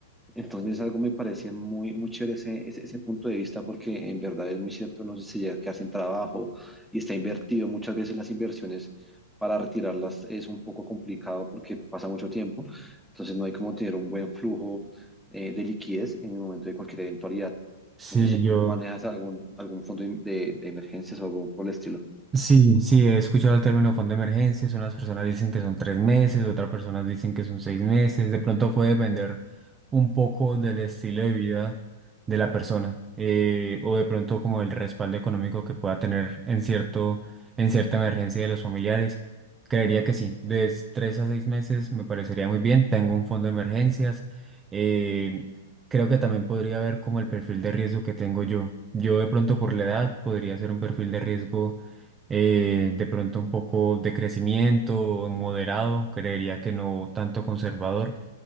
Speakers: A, in the centre; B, on the right.
A: entonces, algo me parece muy, muy chévere ese, ese, ese punto de vista, porque en verdad es muy cierto, no sé si llega a quedar sin trabajo y está invertido. Muchas veces las inversiones para retirarlas es un poco complicado porque pasa mucho tiempo. Entonces, no hay como tener un buen flujo eh, de liquidez en el momento de cualquier eventualidad.
B: Sí,
A: No sé si tú
B: yo,
A: manejas algún, algún fondo de, de emergencias o algo por el estilo.
B: Sí, sí, he escuchado el término fondo de emergencias. Unas personas dicen que son tres meses, otras personas dicen que son seis meses. De pronto puede depender un poco del estilo de vida de la persona eh, o de pronto como el respaldo económico que pueda tener en cierto, en cierta emergencia de los familiares. Creería que sí, de tres a seis meses me parecería muy bien. Tengo un fondo de emergencias. Eh, Creo que también podría ver como el perfil de riesgo que tengo yo. Yo de pronto por la edad podría ser un perfil de riesgo eh, de pronto un poco de crecimiento moderado, creería que no tanto conservador,